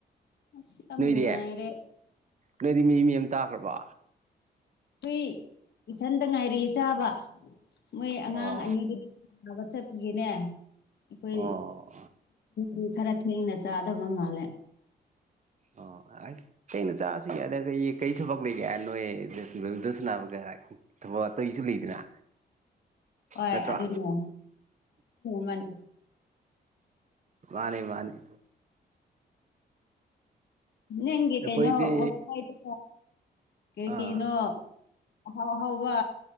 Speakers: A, on the left; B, on the right.
A: ꯑꯁ ꯌꯥꯝ
B: ꯅꯣꯏꯗꯤ
A: ꯅꯨꯡꯉꯥꯏꯔꯦ
B: ꯅꯣꯏꯗꯤ ꯃꯤ ꯃꯤ ꯑꯃ ꯆꯥꯈ꯭ꯔꯕ
A: ꯍꯨꯏ ꯏꯊꯟꯗ ꯉꯥꯏꯔꯤ ꯆꯥꯕ ꯃꯣꯏ
B: ꯑꯣ
A: ꯑꯉꯥꯡ ꯑꯅꯤꯗꯤ ꯊꯕꯛ ꯆꯠꯄꯒꯤꯅꯦ ꯑꯩꯈꯣꯏ
B: ꯑꯣ
A: ꯎꯝ ꯈꯔ ꯊꯦꯡꯅ ꯆꯥꯗꯕ ꯃꯥꯜꯂꯦ
B: ꯑꯣ ꯑ ꯀꯩꯅ ꯆꯥꯁꯨ ꯌꯥꯗ ꯀꯩ ꯀꯩ ꯊꯕꯛ ꯂꯩꯒꯦ ꯅꯣꯏ ꯕꯥꯔꯃꯤꯇꯟ ꯁꯥꯟꯅꯕ ꯀꯥꯏ ꯊꯕꯛ ꯑꯇꯩꯁꯨ ꯂꯩꯗꯅ
A: ꯍꯣꯏ
B: ꯅꯠꯇ꯭ꯔꯣ
A: ꯑꯗꯨꯅꯦ ꯃꯥꯅꯤ ꯃꯥꯅꯤ
B: ꯃꯥꯅꯦ ꯃꯥꯅꯤ
A: ꯅꯪꯒꯤ
B: ꯑꯩꯈꯣꯏꯗꯤ
A: ꯀꯩꯅꯣ ꯋꯥꯗ ꯀꯩ
B: ꯑꯥ
A: ꯀꯩꯅꯣ ꯍꯥꯎ ꯍꯥꯎꯕ